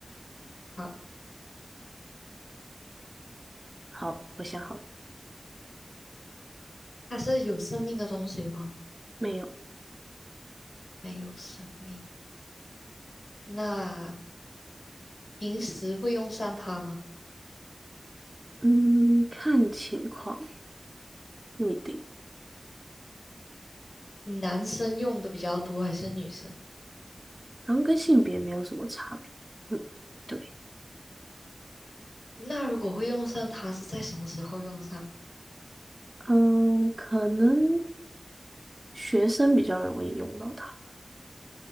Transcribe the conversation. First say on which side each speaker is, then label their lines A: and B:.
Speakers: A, on the left; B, on the right.
A: 好。
B: 好，我想好了，
A: 它是有生命的东西吗？
B: 没有。
A: 没有生命。那平时会用上它吗？
B: 嗯，看情况，不一定，
A: 男生用的比较多还是女生？
B: 然后跟性别没有什么差别。嗯，对，
A: 那如果会用上它，是在什么时候用上？
B: 嗯，可能学生比较容易用到它。